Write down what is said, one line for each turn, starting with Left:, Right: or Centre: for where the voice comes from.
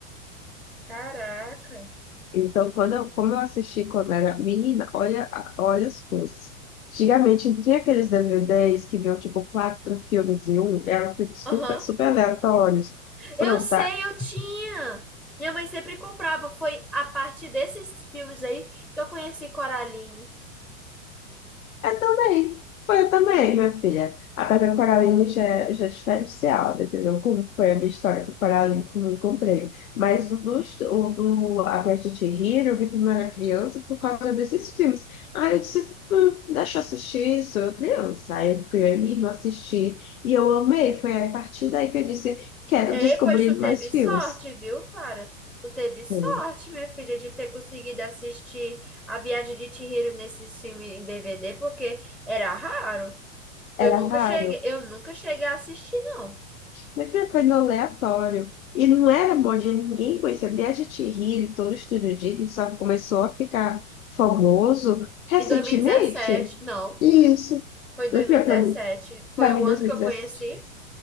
Centre: Caraca.
Left: Então, quando eu, como eu assisti quando era menina, olha, a- olha as coisas. Antigamente tinha aqueles DVDs que vinham tipo quatro filmes em um, eram filmes
Centre: Aham.
Left: super, super aleatórios.
Centre: Eu
Left: Pronto,
Centre: sei, eu tinha. Minha mãe sempre comprava. Foi a partir desses filmes aí que eu conheci Coraline.
Left: Eu também. Foi eu também, minha filha. Apesar que o Coraline já, é, já é diferenciado, entendeu? Como foi a minha história do paralímpico me e comprei. Mas o do, o do A Viagem de Chihiro, eu vi quando eu era criança por causa desses filmes. Aí eu disse, hum, deixa eu assistir, sou eu criança. Aí eu fui eu e minha irmã assistir. E eu amei. Foi a partir daí que eu disse, quero
Centre: Ei,
Left: descobrir
Centre: pois tu
Left: mais
Centre: teve
Left: filmes.
Centre: sorte, viu, Clara? Tu teve sorte,
Left: Hum.
Centre: minha filha, de ter conseguido assistir A Viagem de Chihiro nesse filme em DVD, porque era raro. Eu
Left: Era
Centre: nunca
Left: raro
Centre: cheguei, eu nunca cheguei a assistir, não.
Left: Minha filha foi no aleatório. E não era bom dia, ninguém conhecia. Viagem de Hillary, todo estúdio de Hillary, só começou a ficar famoso recentemente.
Centre: Em 2017, não,
Left: Isso.
Centre: foi em
Left: Minha
Centre: 2017.
Left: filha, Pra mim,
Centre: Foi
Left: pra
Centre: o
Left: mim
Centre: ano
Left: 2017.
Centre: que eu conheci.